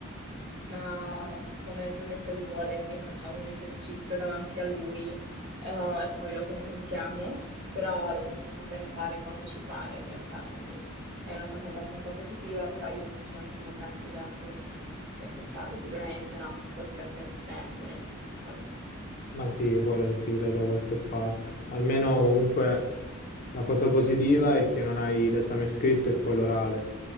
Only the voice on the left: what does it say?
Ma sì, poi la infilerai da qualche parte. Almeno comunque la cosa positiva è che non hai l'esame scritto e poi l'orale.